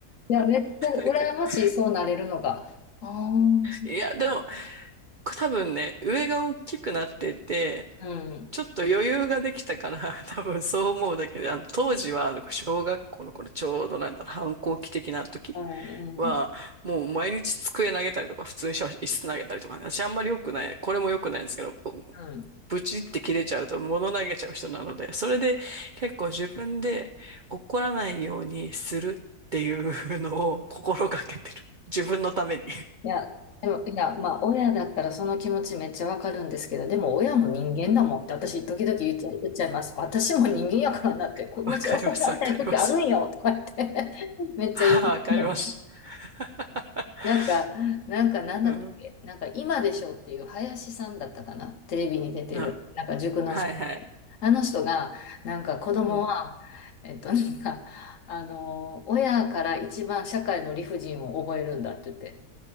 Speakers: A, on the left; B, on the right.
A: いや、めっちゃ羨ましい、
B: か
A: そうなれるのが。ああ、うん、う
B: いや、でも、多分ね、上が大きくなってて、
A: ん、
B: ちょっと余裕ができたから、<laughs> 多分そう思うだけで、あの、当時は、あの、小学校のこのちょうどなんだろう、反抗期的な時
A: うん、
B: は、もう毎日机投げたりとか、普通にしてました椅子投げたりとかね、私あんまり良くない、これも良くないんですけど、
A: うん。
B: ブチって切れちゃうと物投げちゃう人なので、それで結構自分で怒らないようにするっていうのを心がけてる。自分のために。
A: いや、でも、いや、まあ、親だったらその気持ちめっちゃわかるんですけど、でも親も人間だもんって私、時々言っちゃい、言っちゃいます。私も人間やからなって、子持ち抑えられない時あるんよとか言って
B: <laughs> わかります、わかります。
A: <laughs> めっちゃ言う。
B: ああ、わかります。<laughs>
A: なんか、なんか、なんだったっけ、
B: うん、
A: なんか、今でしょっていう林さんだったかな、テレビに出てる、
B: あ
A: なんか塾の先生。
B: はいはい。
A: あの人が、なんか子供は、
B: うん、
A: えっと、なんか、あの、親から一番社会の理不尽を覚えるんだって言って。